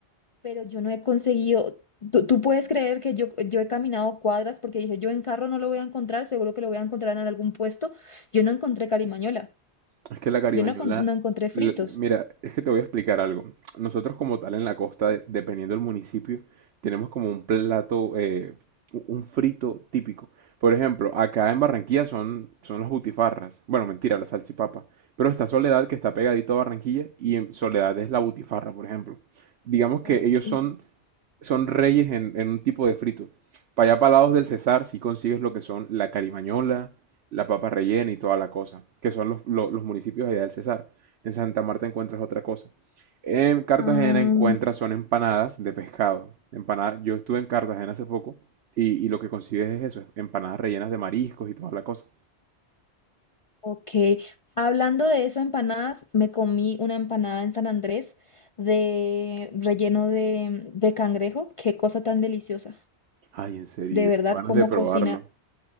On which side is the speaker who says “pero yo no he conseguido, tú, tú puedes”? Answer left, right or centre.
Left